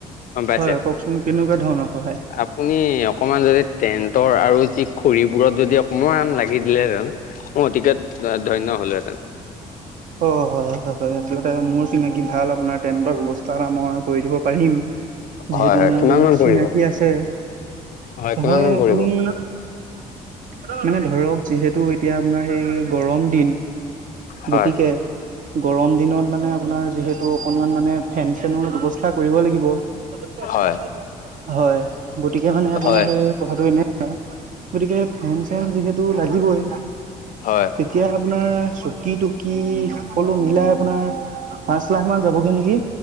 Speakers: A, on the left (about 55°); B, on the right (about 50°).
A: গম পাইছে
B: হয় কওঁকচোন, কেনেকুৱা ধৰণৰ সহায়।
A: আপুনি অকমান যদি টেন্টৰ আৰু যি খৰিবোৰত যদি অকমান লাগি দিলে হেতেন। মই অতিকে ধন্য হলোহেঁতেন।
B: অহ হয় হয়, সেইটো এটা মোৰ চিনাকি ভাল আপোনাৰ টেণ্টৰ ব্যৱস্থা এটা মই কৰি দিব পাৰিম। যিহেতু
A: হয় হয়
B: মোৰ
A: কিমান মান
B: চিনাকি
A: পৰিব
B: আছে,
A: হয়
B: নহয়
A: কিমান মান
B: আপুনি
A: পৰিব
B: হেল্ল মানে ধৰক যিহেতু এতিয়া আপোনাৰ সেই গৰম দিন,
A: হয়
B: গতিকে গৰম দিনত, মানে আপোনাৰ যিহেতু অকনমান ফেন চেনৰ ব্যৱস্থা কৰিব লাগিব, এইতো পইচা
A: হয়
B: কথা দিয়া। হয়, গতিকে মানে আপোনাৰ
A: হয়
B: সেই কথাটো এনেকোৱা, গতিকে ফেন চেন যিহেতু লাগিবই।
A: হয়।
B: তেতিয়া আপোনাৰ চকীটোক কি সকলো মিলাই আপোনাৰ পাঁচ লাখ মান যাবগে নেকি?